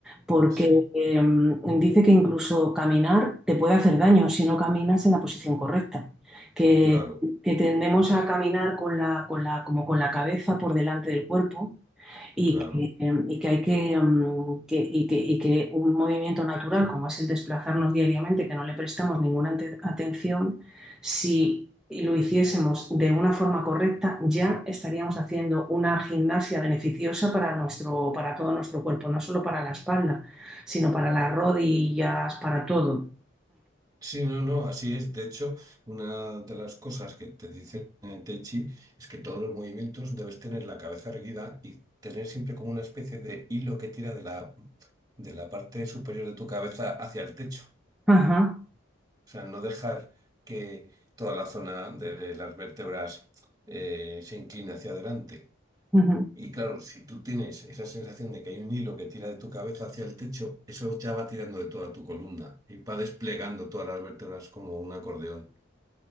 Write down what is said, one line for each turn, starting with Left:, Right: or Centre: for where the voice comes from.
Centre: porque
Right: Sí,
Centre: em, dice que incluso caminar te puede hacer daño si no caminas en la posición correcta, que,
Right: claro,
Centre: que tendemos a caminar con la, con la, como con la cabeza por delante del cuerpo y
Right: claro.
Centre: que, eh, y que hay que, mm, que- y que, y que un movimiento natural como es el desplazarnos diariamente, que no le prestamos ninguna ante- atención, si lo hiciésemos de una forma correcta, ya estaríamos haciendo una gimnasia beneficiosa para nuestro, para todo nuestro cuerpo, no solo para la espalda, sino para las rodillas, para todo.
Right: Sí, no, no, así es. De hecho, una de las cosas que te dicen en Tai Chi es que todos los movimientos debes tener la cabeza erguida y tener siempre como una especie de hilo que tira de la, de la parte superior de tu cabeza hacia el techo.
Centre: Ajá.
Right: O sea, no dejar que toda la zona de las vértebras eh, se incline hacia adelante
Centre: Ujú.
Right: Y claro, si tú tienes esa sensación de que hay un hilo que tira de tu cabeza hacia el techo, eso ya va tirando de toda tu columna y va desplegando todas las vértebras como un acordeón.